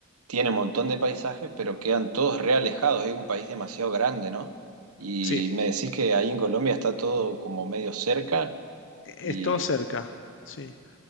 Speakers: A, on the right (about 75°); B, on the left (about 60°).
A: tiene un montón de paisajes, pero quedan todos re alejados. Es un país demasiado grande, ¿no? Y
B: Sí,
A: me decís que ahí en Colombia está todo como medio cerca
B: es
A: y,
B: todo cerca. Sí.